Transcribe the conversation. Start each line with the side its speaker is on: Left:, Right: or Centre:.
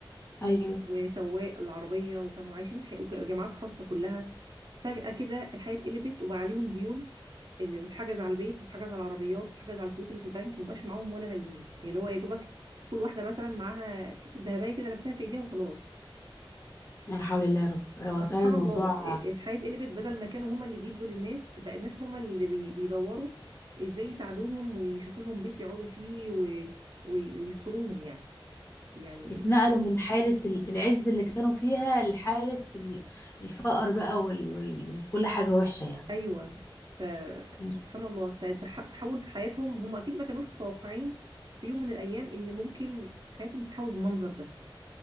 Left: ايوه
Right: وسواق العربيه وكانوا عايشين ح... وك- جامعات خاصه كلها فجاه كده الحياه اتقلبت وبقى عليهم ديون اللي واتحجز على البيت واتحجز على العربيات واتحجز على الفلوس اللي في البنك ومبقاش معاهم ولا مليم يعني اللي هو يا دوبك كل واحده مثلا معاها حته ذهبيه كده لابساها في ايديها وخلاص
Left: لا حول الله يا رب هو
Right: فسبحان
Left: فعلا الموضوع
Right: الله إيه، الحياة اتقلبت بدل ما كانوا هما اللي بيدوا للناس بقى الناس هما اللي بي- بيدوروا ازاي يساعدوهم ويشوفوا لهم بيت يقعدوا فيه و... و... ويستروهم يعني يعني
Left: اتنقلوا من حالة ال- العز اللي كانوا فيها لحالة ال- الفقر بقى وال... وال... وكل حاجة وحشة يعني
Right: ايوه فسبحان
Left: مم.
Right: الله الت- التح- التحول في حياتهم هم اكيد ما كانوش متوقعين في يوم من الايام ان ممكن حياتهم تتحول بالمنظر ده